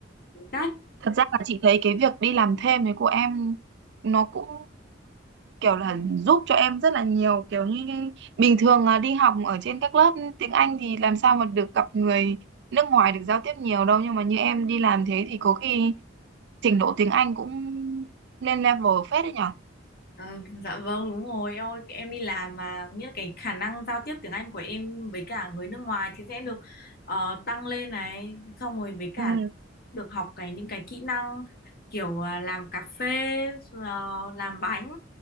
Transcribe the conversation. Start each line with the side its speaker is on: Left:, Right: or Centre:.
Left: tính cách
Right: Thật ra là chị thấy cái việc đi làm thêm ấy của em nó cũng kiểu là giúp cho em rất là nhiều kiểu như bình thường à, đi học ở trên các lớp tiếng Anh thì làm sao mà được gặp người nước ngoài được giao tiếp nhiều đâu nhưng mà như em đi làm thế thì có khi trình độ tiếng Anh cũng lên level phết đấy nhở
Left: À, dạ vâng đúng rồi ôi em đi làm mà nghĩa là cái khả năng giao tiếp tiếng Anh của em với cả người nước ngoài thì sẽ được ờ, tăng lên này xong rồi với cả
Right: Ừ.
Left: được học cái những cái kỹ năng kiểu à, làm cà phê ờ, làm bánh